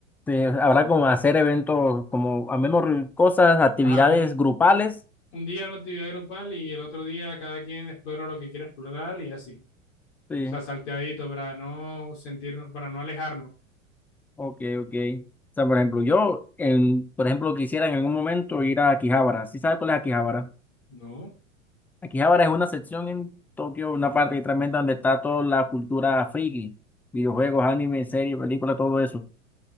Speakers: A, in the centre; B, on the left (about 60°).
A: Sí, habrá como hacer eventos, como al menos re- cosas, actividades
B: Ajá, un,
A: grupales.
B: un día una actividad grupal y el otro día cada quien explora lo que quiere explorar y así.
A: Sí,
B: O sea, salteadito para no sentirnos, para no alejarnos.
A: ok, ok. O sea, por ejemplo, yo, en, por ejemplo, quisiera en algún momento ir a Akihabara. ¿Sí sabes cuál es Akihabara?
B: No,
A: Aquí ahora es una sección en Tokio, una parte que tremenda donde está toda la cultura friki, videojuegos, anime, series, películas, todo eso.